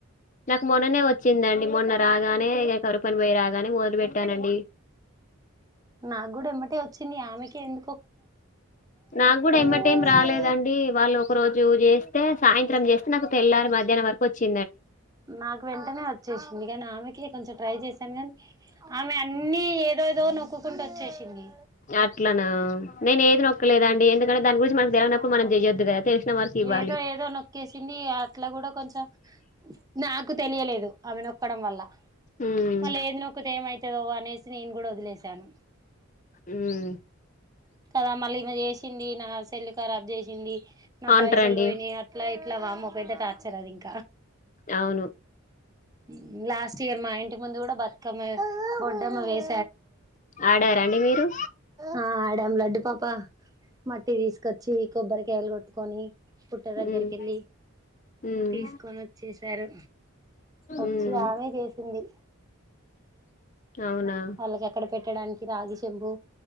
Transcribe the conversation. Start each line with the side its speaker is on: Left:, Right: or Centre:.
Left: నాకు మొన్ననే వచ్చిందండి మొన్న రాగానే ఇక కరువు పని పోయిరాగానే మొదలు పెట్టానండి
Right: నాక్కూడా ఎమ్మటే వచ్చింది ఆమెకే ఎందుక్
Left: నాక్కూడా ఎంబటెం
Right: చూపించింది
Left: రాలేదండి వాళ్ళు ఒక రోజు చేస్తే సాయంక్ నాకు తెల్లారే మధ్యానం వరకు వచ్చి
Right: నాకు వెంటనే వచ్చేసింది కానీ ఆమెకి కొంచెం ట్రై చేశాను కానీ ఆమె అన్ని ఏదోదో నొక్కుకుంటూ వచ్చేసింది
Left: అట్లనా నేను ఏది నొక్కలేదండి ఎందుకంటే దాని గురించి మనకు తెలువనప్పుడు మనం చెయొద్దు కదా తెలిసిన వరకు ఇవ్వాలి
Right: ఏదో ఏదో నొక్కేసింది అట్లా కూడా కొంచెం నాకు తెలియలేదు ఆమె నొక్ క్కడం వల్ల
Left: ఉమ్
Right: మళ్ళీ ఏంది నొక్కితే ఏమైత్ తదో అనేసి నేను కూడా వదిలేశాను
Left: ఉమ్
Right: కదా మళ్ళీ ఈమే చేసింది నా సెల్ కరాబ్ చేసింది నా
Left: అంటారండి
Right: పైసలు పోయినాయ్ అట్లా ఇట్లా వామ్మో పెద్ద టార్చర్ అది ఇంక్
Left: అవును
Right: మ్మ్ లాస్ట్ ఇయర్ మా ఇంటి ముందు కూడా బతుకమ్మ గొడ్డమ్మ వేస్
Left: ఆడార అండి మీరు
Right: ఆ ఆడాం లడ్డు పాప మట్టి తీసుకొచ్చి కొబ్బరికాయలు కొట్టుకొని పుట్ట దగ్గరికి
Left: ఉమ్
Right: ఏళ్ళి
Left: ఉమ్
Right: తీసుకొని వచ్చేశారు వచ్చి
Left: ఉమ్
Right: ఆమె చేసింది
Left: అవునా
Right: వాళ్ళకి అక్కడ పెట్టడానికి రాగి చెంబు